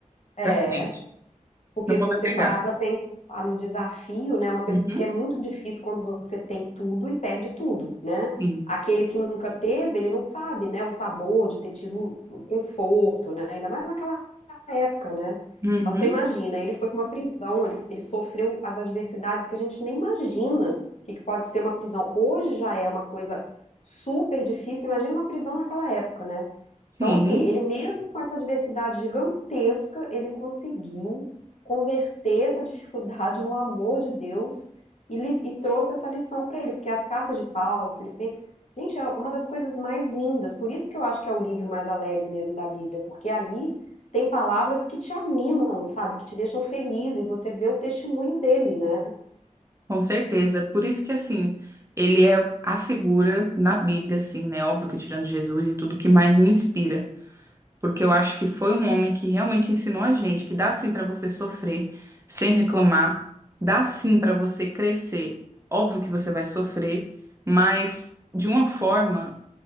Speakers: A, on the left (about 60°); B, on the right (about 20°).
A: é,
B: para frente,
A: Porque
B: não vou
A: se você
B: me apegar.
A: parar para pensar no desafio, né, uma pessoa,
B: Uhum,
A: porque é muito difícil quando você tem tudo e perde tudo, né?
B: sim.
A: Aquele que nunca teve, ele não sabe, né, o sabor de ter tido o conforto, né? Ainda mais naquela época, né?
B: Uhum,
A: Então você imagina, ele foi para uma prisão, ele, ele sofreu as adversidades que a gente nem imagina o que, que pode ser uma prisão. Hoje já é uma coisa super difícil, imagina uma prisão naquela época, né?
B: sim,
A: Então, assim, ele mesmo com essa adversidade gigantesca, ele conseguiu converter essa dificuldade no amor de Deus e, li- e trouxe essa lição para ele, porque as cartas de Paulo, Filipenses, gente, é uma das coisas mais lindas. Por isso que eu acho que é o livro mais alegre mesmo da Bíblia, porque ali tem palavras que te animam, sabe, que te deixam feliz e você vê o testemunho dele, né?
B: com certeza. Por isso que, assim, ele é a figura na Bíblia, assim, né? Óbvio que tirando Jesus e tudo que mais me inspira. Porque eu acho que foi um homem que realmente ensinou a gente que dá sim pra você sofrer sem reclamar, dá sim pra você crescer. Óbvio que você vai sofrer, mas de uma forma